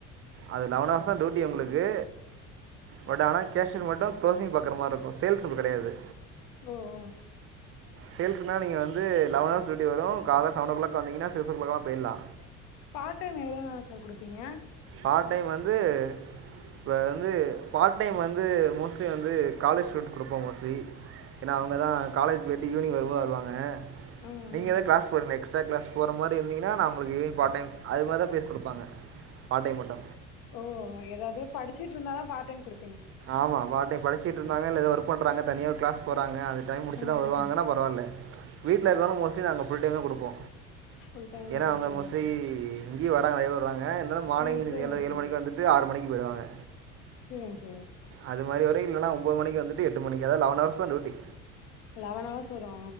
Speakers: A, on the right; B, on the left.
A: அது லவனஹஸ்தா டூட்டி உங்ளுக்கு பட் ஆனா கேஷியர் க்ளேசிங் பாக்குற மார் ருக்கு சேல்ஸ் நம்மு கெடையாது
B: ஓஓ
A: சேல்ஸுனா நீங்க வந்து லவன் ஹாஸ் ட்யூட்டி வரு கால சவன் ஓ க்ளாக் வந்தீங்கன்ன சிக்ஸ்ஓ க்ளாக்லா போய்லா
B: பாட் டைம் எவ்ளோ நாலா சர் குடுப்பீங்க
A: பாட் டைம் வந்து ப வந்து பாட் டைம் வந்து மோஸ்லி வந்து காலேஜ் ஸ்டூண்ட் குடுப்போ மோஸ்லி ஏன்னா அவங்க தான் காலேஜ் போய்ட்டு வருவா வருவாங்க
B: ம்
A: நீ
B: ம்
A: ஏதா க்ளாஸ் போரீங்ளா எக்ஸ்டரா க்ளாஸ் போற மாரி இருந்தீங்கன்னா நஞ உங்ளுக்கு பா டைம் அது மாரிதா பேஸ் குடுப்பாங்க பாட் டைம் மட்டு
B: போவோ எதாவ்து படிச்சிட்ருந்தாலு பாடைம் குடு
A: ஆமா பாடைம் படிச்சிட்ருந்தாங்கல் எதோ ஒர்க் பண்றாங்க தனியாவ் க்ளாஸ் போறாங்க அது டைம் முடிச்சுதான்
B: ம்
A: வருவாங்கன்னா
B: ம்
A: பரவால்ல வீட்ல இர்க்கவனு மோஸ்லி நாங்க ஃபுல் டைமே குடுப்போ
B: ஃபுல் டைம்லாம்
A: ஏன்னா
B: குடுக்குறீங்க
A: அவங்க மோஸ்ட்லி இங்யே வராங்க ஏரோ வராங்க இந்தாலு மார்னிங்
B: ம் சரிங்க
A: ஏழ்ற ஏழு
B: சார்
A: மணி வந்துட்டு ஆரு மணிக்கி போய்டுவாங்க
B: ச்செரிங் சர்
A: அது மாரி வர இல்லன்னா ஒம்போது மணிக்கு வந்துட்டு எட்டு மணிக்கு அதா லவன்ஹாஸ் தா டூட்டி
B: லவன் ஹார்ஸ் வரு ஆ